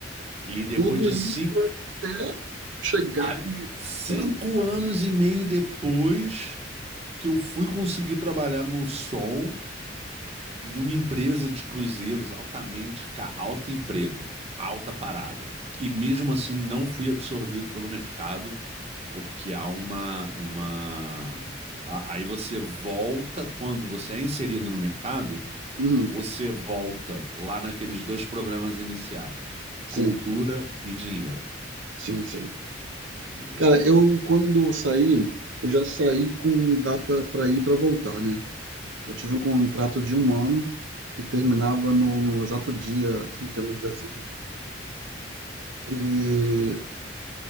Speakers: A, on the right; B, on the right.
A: E depois
B: Tudo
A: de
B: isso
A: cinco
B: até chegar
A: há cinco
B: na...
A: anos e meio depois que eu fui conseguir trabalhar no Sol, numa empresa de cruzeiros altamente, ca- alto emprego, alta parada. E mesmo assim não fui absorvido pelo mercado, porque há uma, uma... a- Aí você volta, quando você é inserido no mercado,
B: Uhum,
A: você volta lá naqueles dois problemas iniciais,
B: sim.
A: cultura e dinheiro,
B: Sim, sim.
A: entendeu?
B: Cara, eu quando saí, eu já saí com data para ir e para voltar, né? Eu tive um contrato de um ano que terminava no, no exato dia 31 de dezembro mesmo. E